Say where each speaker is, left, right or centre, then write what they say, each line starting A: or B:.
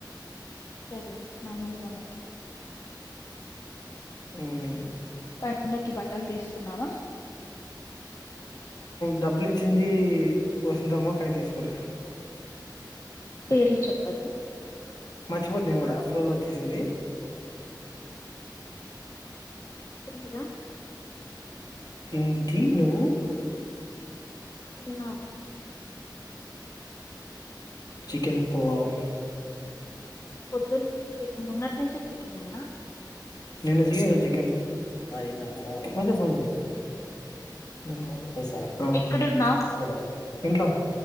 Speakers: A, on the left; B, on the left.
A: సరే లే మామూలుగా మాట్లాడు
B: హ <unintelligible>
A: పండక్కి బట్టలు తీసుకున్నావా
B: డబ్బులు ఇచ్చింది వస్తుంతమ్మా కానీ తీసుకోలే
A: పేర్లు చెప్పద్దు
B: మర్చిపోతు నేను కూడా ఫ్లోలో వచ్చేసింది
A: తింటివా
B: తిన్టి నువు
A: తిన్న
B: చికెన్ పులావ్
A: పొద్దు నుంచి చికెన్ నిన్నటి నుంచి చికెన్ నేనా
B: నేన్న తినలే చికెన్ ఆ తిన్న పోతే ఫో <unintelligible> ఈసా
A: ఎక్కడున్నావ్
B: <unintelligible> ఏంట్లో